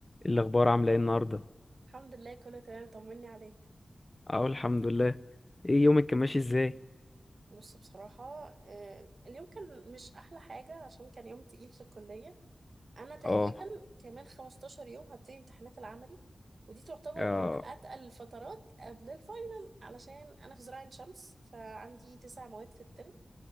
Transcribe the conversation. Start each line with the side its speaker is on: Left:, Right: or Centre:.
Left: إيه الاخبار عامله ايه النهارده
Right: الحمد لله كله تمام طمني عليك
Left: اه الحمد لله ايه يومك كان ماشي ازاي
Right: بص بصراحة آه، اليوم كان مش أحلى حاجة عشان كان يوم تقيل في الكلية أنا تقريبا
Left: اه
Right: كمان 15 يوم هبتدي امتحانات العملي ودي تعتبر
Left: اه
Right: من أتقل الفترات قبل الفاينل علشان أنا في زراعة عين شمس فعندي تسع مواد في الترم